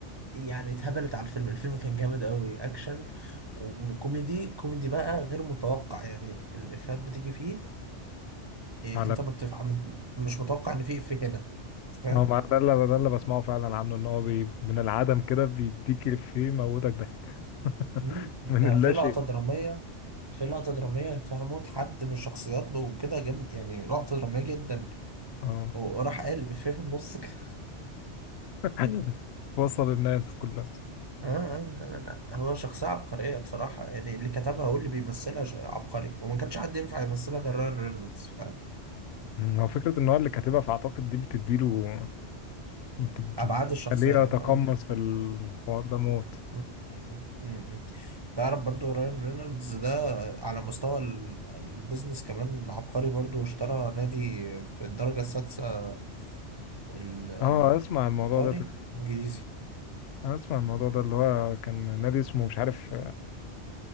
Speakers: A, on the right; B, on the left.
A: يعني اتهبلت على الفيلم الفيلم كان جامد قوي اكشن وكوميدي كوميدي بقى غير متوقع يعني الافيهات بتيجي فيه إيه
B: على
A: انت ما بتفع... مش متوقع ان في افيه هنا أنت فاهم
B: هو ما ده اللي ده اللي بسمعه فعلا عنه ان هو بي من العدم كده بيديك الإفيه يموتك ضحك <laughs>
A: مم. ده
B: من اللا
A: في
B: شيء
A: لقطة درامية في لقطة درامية فيها موت حد من الشخصيات له وكده جامد يعني لقطة درامية جدا
B: اه
A: وراح قال الافيه في النص كده
B: <laughs> وصل الناس كلها
A: <laughs> آه, آه, آه لا هو شخصية عبقرية بصراحة يعني اللي كتبها واللي بيمثلها ش- عبقري وما كانش حد ينفع يمثلها غير راyan رينولدز فاهم
B: أمم، هو فكرة ان هو اللي كاتبها فاعتقد دي بتديله بت- بتخليه
A: أبعاد الشخصية
B: يتقمص
A: فاهم
B: في الحوار ده موت
A: مم، مم، مم. تعرف برضو راين رينولدز ده على مستوى ال- البيزنس كمان عبقري برضو اشترى نادي في الدرجة السادسة ال- البريطاني
B: اه اسمع الموضوع ده تقريبا
A: الإنجليزي
B: اسمع الموضوع ده اللي هو كان نادي اسمه مش عارف